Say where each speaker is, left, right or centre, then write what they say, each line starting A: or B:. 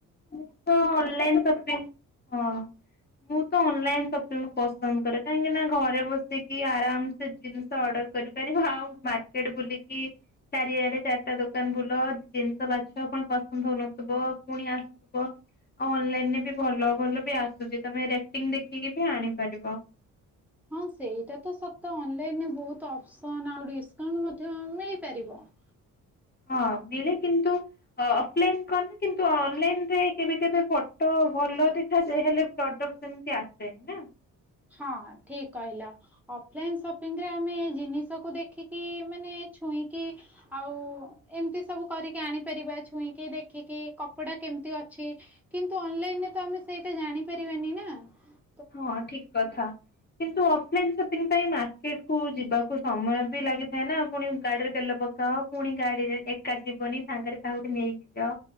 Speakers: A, on the left; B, in the centre.
A: ମୁଁ ତ ଅନଲାଇନ ସପିଙ୍ଗ ହଁ । ମୁଁ ତ ଅନଲାଇନ ସପିଙ୍ଗ ପସନ୍ଦ କରେ କାହିଁକି ନା ଘରେ ବସିକି ଆରାମସେ ଜିନିଷ ଅର୍ଡର କରିପାରିବ ଆଉ ମାର୍କେଟ ବୁଲିକି ଚାରିଆଡେ ଚାରିଟା ଦୋକାନ ବୁଲ ଜିନିଷ ବାଛ ପୁଣି ପସନ୍ଦ ହଉନଥିବ ପୁଣି ଆସୁ ଆଉ ଅନଲାଇନରେ ବି ଭଲ ଭଲ ବି ଆସୁଛି ତମେ ରେଟିଂ ଦେଖିକି ବି ଆଣିପାରିବ ।
B: ହଁ ସେଇଟା ତ ସତ ଅନଲାଇନରେ ବହୁତ ଅପସନ୍ ଆଉ ଡିସକାଉଣ୍ଟ ମଧ୍ୟ ମିଳିପାରିବ ।
A: ହଁ ମିଳେ କିନ୍ତୁ ଅଫଲାଇନ କନ କିନ୍ତୁ ଅନଲାଇନରେ କେବେ କେବେ ଫଟୋ ଭଲ ଦେଖାଯାଏ ହେଲେ ପ୍ରଡକ୍ଟ ସେମିତି ଆସେନି ନା ।
B: ହଁ ଠିକ କହିଲା ଅଫଲାଇନ ସପିଙ୍ଗରେ ଆମେ ଜିନିଷକୁ ଦେଖିକି ମାନେ ଛୁଇଁକି ଆଉ ଏମିତି ସବୁ କରିକି ଆଣିପାରିବା ଛୁଇଁକି ଦେଖିକି କପଡା କେମିତି ଅଛି କିନ୍ତୁ ଅନଲାଇନ ରେ ତ ଆମେ ସେଇଟା ଜାଣିପାରିବାନି ନା ।
A: ହଁ ଠିକ କଥା । କିନ୍ତୁ ଅଫଲାଇନ ସପିଙ୍ଗ ପାଇଁ ମାର୍କେଟ କୁ ଯିବାକୁ ସମୟ ବି ଲାଗିଥାଏ ନା ପୁଣି ଗାଡିରେ ତେଲ ପକାଅ ପୁଣି ଗାଡିରେ ଏକା ଯିବନି ସାଙ୍ଗରେ କାହା ଗୋଠେ ନେଇକି ଯାଅ